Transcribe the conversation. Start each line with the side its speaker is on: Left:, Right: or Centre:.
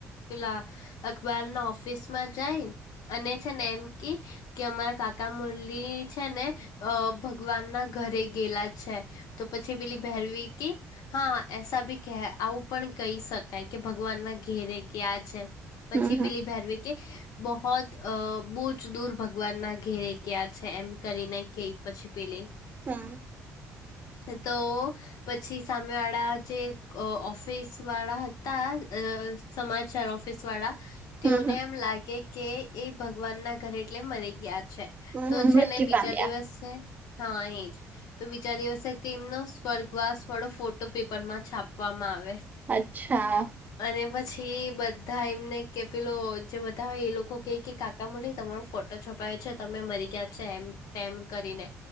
Left: પેલા અખબાર ના ઓફિસ માં જાય અને છે ને એમ કે કે અમારા કાકા મુરલી છે ને અ ભગવાન ના ઘરે ગેલા છે તો પછી પેલી ભહેરવી કે હા એસા બી કે આવું પણ કહી શકાય કે ભગવાન ના ઘેરે ગ્યા છે. પછી
Right: હમ હમ
Left: પેલી ભેરવીક કે બહોત અ બહુજ દૂર ભગવાન ના ઘેરે ગ્યા છે એમ કરીને કે પછી પેલે
Right: હમ્મ
Left: એ તો પછી સામે વાળા જે ઓફિસ વાળા હતા અ સમાચાર ઓફિસ વાડા
Right: હમ
Left: તેઓને એમ લાગે કે એ ભગવાન ના ઘરે એટલે મરી ગ્યા છે.
Right: હમ
Left: તો છે
Right: મૃત્યુ
Left: ને બીજા
Right: પામ્યા
Left: દિવસે હા એજ તો બીજા દિવસે તેમનો સ્વર્ગવાસ વાડો ફોટો પેપર માં છાપવામાં આવે
Right: અચ્છા
Left: અને પછી બધા એમને કે પેલો જે બધા એ લોકો કે કે કાકા મળે તમન ફો છપાયો છે તમે મરી ગ્યા છે એમ તેમ કરીને